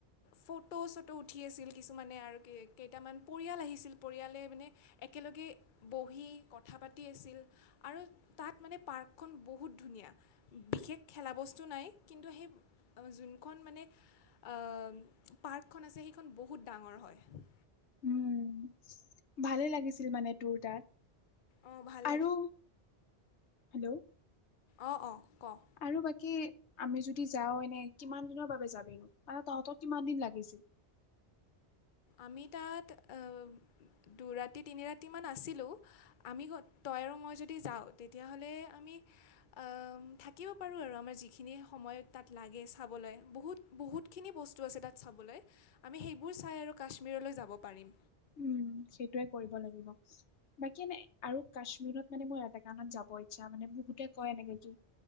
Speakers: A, on the left; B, on the left.
A: ফটো চটো উঠি আছিল কিছুমানে আৰু কেই কেইটামান পৰিয়াল আহিছিল, পৰিয়ালে মানে একেলগে বহি কথা পাতি আছিল আৰু তাত মানে পাৰ্কখন বহুত ধুনীয়া। বিশেষ খেলা বস্তু নাই কিন্তু সেই যোনখন মানে আ পাৰ্কখন আছে সেইখন বহুত ডাঙৰ হয়।
B: উম ভালে লাগিছিল মানে তোৰ তাত
A: অঁ ভাল
B: আৰু হেল্ল'
A: অ অ, ক?
B: আৰু বাকী আমি যদি যাওঁ এনে কিমান দিনৰ বাবে যাবিনো। মানে তহঁতৰ কিমান দিন লাগিছিল?
A: আমি তাত আ দুৰাতি তিনি ৰাতিমান আছিলো। আমি গত তই আৰু মই যদি যাওঁ তেতিয়া হ'লে আমি আ থাকিব পাৰোঁ আৰু আমাৰ যিখিনি সময় তাত লাগে চাবলৈ বহুত বহুতখিনি বস্তু আছে তাত চাবলৈ আমি সেইবোৰ চাই আৰু কাশ্মীৰলৈ যাব পাৰিম।
B: উম, সেইটোৱে কৰিব লাগিব। বাকী নাই আৰু কাশ্মীৰত মানে মোৰ এটা কানত যাব ইচ্ছা মানে বহুতে কয় এনেকে যে